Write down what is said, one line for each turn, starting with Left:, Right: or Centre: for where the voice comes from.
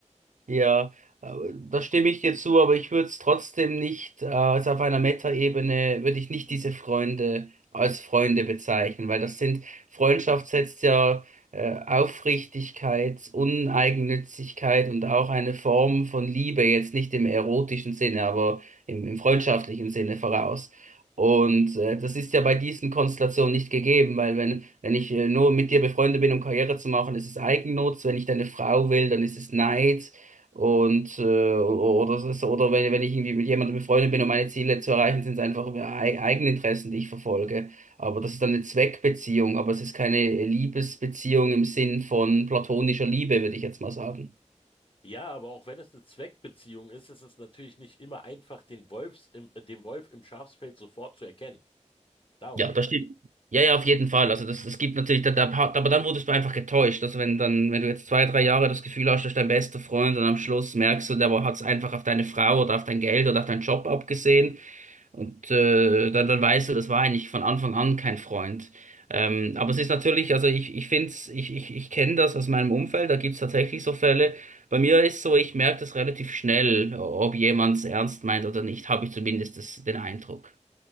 Right: Ja, äh, da stimme ich dir zu, aber ich würde es trotzdem nicht, äh, also auf einer Metaebene würde ich nicht diese Freunde als Freunde bezeichnen, weil das sind, Freundschaft setzt ja äh, Aufrichtigkeit, Uneigennützigkeit und auch eine Form von Liebe, jetzt nicht im erotischen Sinne, aber im, im freundschaftlichen Sinne voraus. Und äh, das ist ja bei diesen Konstellationen nicht gegeben, weil wenn, wenn ich äh, nur mit dir befreundet bin, um Karriere zu machen, ist es Eigennutz, wenn ich deine Frau will, dann ist es Neid. Und äh, oder es ist, oder wenn, wenn ich irgendwie mit jemandem befreundet bin und meine Ziele zu erreichen, sind es einfach e- eigene Interessen die ich verfolge. Aber das ist dann eine Zweckbeziehung, aber es ist keine Liebesbeziehung im Sinn von platonischer Liebe, würde ich jetzt mal sagen.
Left: Ja, aber auch wenn es eine Zweckbeziehung ist, ist es natürlich nicht immer einfach, den Wolfs im, äh, den Wolf im Schafspelz sofort zu erkennen. Darum
Right: Ja,
Left: geht's.
Right: das stimmt. Ja, ja, auf jeden Fall. Also das, es gibt natürlich, da, da, aber dann wurdest du einfach getäuscht. Also wenn dann, wenn du jetzt zwei, drei Jahre das Gefühl hast, das ist dein bester Freund und am Schluss merkst du, der hat es einfach auf deine Frau oder auf dein Geld oder auf deinen Job abgesehen. Und äh, dann, dann weißt du, das war eigentlich von Anfang an kein Freund. Ähm, aber es ist natürlich, also ich, ich finde es, ich, ich, ich kenne das aus meinem Umfeld, da gibt es tatsächlich so Fälle. Bei mir ist so, ich merke das relativ schnell, ob jemand es ernst meint oder nicht, habe ich zumindest das, den Eindruck.